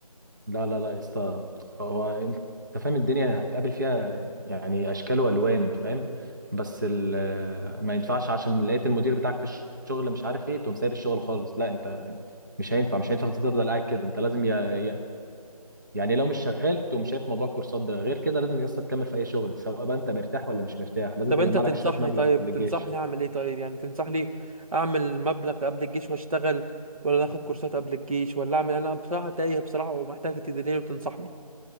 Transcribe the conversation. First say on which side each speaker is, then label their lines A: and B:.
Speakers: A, on the right (about 30°); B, on the right (about 60°).
A: لا لا لا يا اسطى هو أنت فاهم الدنيا هتقابل فيها يعني أشكال وألوان فاهم بس ال- ما ينفعش عشان لقيت المدير بتاعك في الشغل مش عارف إيه تقوم سايب الشغل خالص لا أنت مش هينفع مش هينفع تفضل قاعد كده أنت لازم يا يعني لو مش شغال تقوم شايف موضوع الكورسات ده غير كده لازم يا اسطى تكمل في اي شغل سواء بقى انت مرتاح ولا مش مرتاح لازم
B: طب
A: تجمع
B: انت تنصحني
A: لك شويه مبلغ
B: طيب
A: قبل
B: تنصحني
A: الجيش
B: اعمل ايه طيب يعني تنصحني اعمل مبلغ قبل الجيش واشتغل ولا اخد كورسات قبل الجيش ولا اعمل انا بصراحة تايه بصراحة ومحتاج تدليني وتنصحني